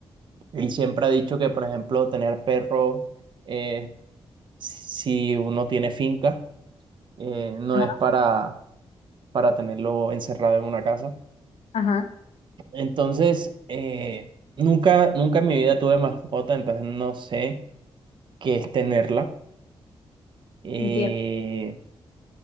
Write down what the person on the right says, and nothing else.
Él siempre ha dicho que, por ejemplo, tener perro, eh, si uno tiene finca, eh, no
es para, para tenerlo encerrado en una casa.
Entonces, eh, nunca, nunca en mi vida tuve mascota, entonces no sé qué es tenerla. Eh,